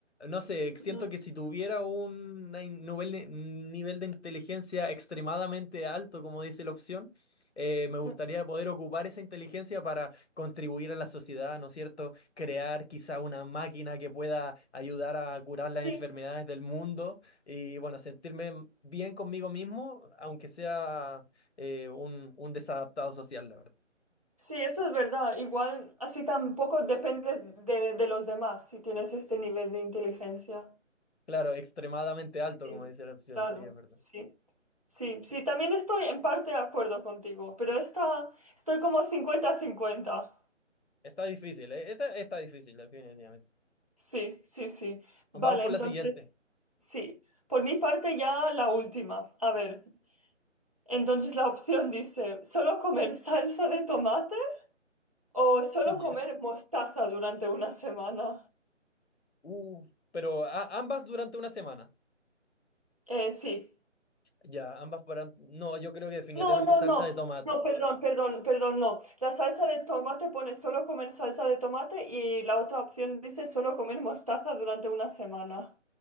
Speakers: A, on the left; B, on the right.
A: no sé, siento
B: Ujú.
A: que si tuviera un nivel, de- nivel de inteligencia extremadamente alto, como dice la opción, eh,
B: Sí.
A: me gustaría poder ocupar esa inteligencia para contribuir a la sociedad, ¿no es cierto? Crear quizá una máquina que pueda ayudar a curar las
B: Sí,
A: enfermedades del mundo y bueno, sentirme bien conmigo mismo, aunque sea eh, un, un desadaptado social, la verdad.
B: sí, eso es verdad. Igual así tampoco dependes de, de los demás si tienes este nivel de inteligencia.
A: Claro, extremadamente alto,
B: Sí,
A: como dice la opción,
B: claro,
A: sí, es verdad.
B: sí. Sí, sí,
A: Eh,
B: también estoy en parte de acuerdo contigo, pero esta, estoy como cincuenta a cincuenta.
A: Está difícil, eh, Esta está difícil, definitivamente.
B: Sí, sí, sí. Vale,
A: Vamos por
B: entonces,
A: la siguiente.
B: sí. Por mi parte ya la última. A ver, entonces la opción dice, ¿solo comer salsa de tomate o solo
A: <laughs> Ya.
B: comer mostaza durante una semana?
A: Uh, pero a- ambas durante una semana.
B: Eh, sí.
A: Ya, ambas para... No, yo creo que definitivamente
B: No, no,
A: salsa
B: no,
A: de tomate.
B: no, perdón, perdón, perdón, no. La salsa de tomate pone solo comer salsa de tomate y la otra opción dice solo comer mostaza durante una semana.